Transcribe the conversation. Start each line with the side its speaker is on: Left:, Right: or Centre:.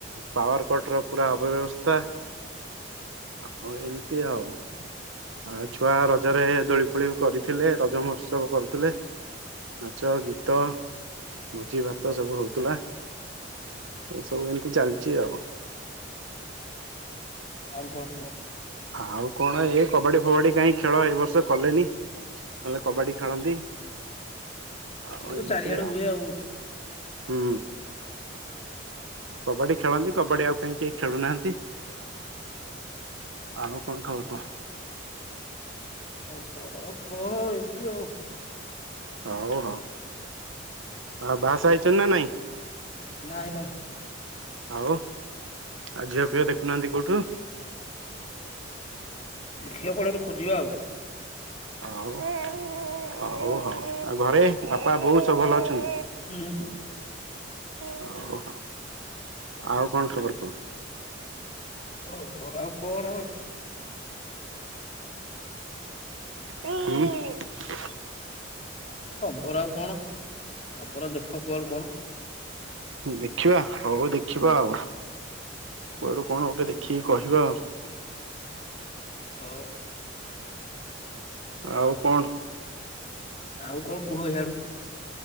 Right: ପାୱାର କଟ ର ପୁରା ଅବବ୍ୟବସ୍ଥା। ଆଉ ଏମିତି ଆଉ। ଆଉ ଛୁଆ ରଜରେ ଦୋଳି ଫୋଳି କରିଥିଲେ ରଜ ମହୋତ୍ସବ କରୁଥିଲେ। ନାଚ ଗୀତ ଭୋଜି ଭାତ ସବୁ ହଉଥିଲା। ଏସବୁ ଏମିତି ଚାଲିଛି ଆଉ।
Left: ଆଉ କଣ ଖବର?
Right: ଆଉ କଣ ଏ କବାଡି ଫବାଡି କାହିଁ ଖେଳ ଏ ବର୍ଷ କଲେନି। ନହଲେ କବାଡି ଖେଳନ୍ତି। ଆଉ
Left: ଏ ତ
Right: ଏମିତି
Left: ଚାରି ଆଡେ ହୁଏ ଆଉ।
Right: ହୁଁ। କବାଡି ଖେଳନ୍ତି କବାଡି ଆଉ କାହିଁ କେହି ଖେଳୁନାହାନ୍ତି। ଆଉ କଣ
Left: ନାଇଁ
Right: ଖବର
Left: ବା
Right: କୁହ?
Left: ଖବର ଆଉ କଣ ଏମିତି ଆଉ।
Right: ହଉ ହଉ ଆଉ ବାହା ସାହା ହେଇଛନ୍ତି ନା ନାଇଁ।
Left: ନାଇଁ ନାଇଁ।
Right: ଆଉ ଆ ଝିଅ ଫିଅ ଦେଖୁନାହାନ୍ତି କୋଉଠୁ।
Left: ଝିଅ କଉଠି ଗୋଟେ ଖୋଜିବା ଆଉ।
Right: ହଉ ହଉ ହଉ ଆଉ ଘରେ ବାପା ବୋଉ ସବୁ ଭଲ ଅଛନ୍ତି
Left: ହୁଁ ହୁଁ
Right: ଓହୋ ଆଉ କଣ ଖବର କୁହ?
Left: ହଁ ମୋର ଆଉ କଣ।
Right: ହୁଁ।
Left: ଖବର ଆଉ କଣ ଖବର ଦେଖ କୁଆଡୁ କଣ।
Right: ଦେଖିବା ହଉ ଦେଖିବା
Left: ହୁଁ
Right: ଆଉ। କୁଆଡୁ କଣ ଗୋଟେ ଦେଖିକି କହିବା ଆଉ।
Left: ହଉ।
Right: ଆଉ କଣ?
Left: ଆଉ କଣ କୁହ ଇଆଡୁ।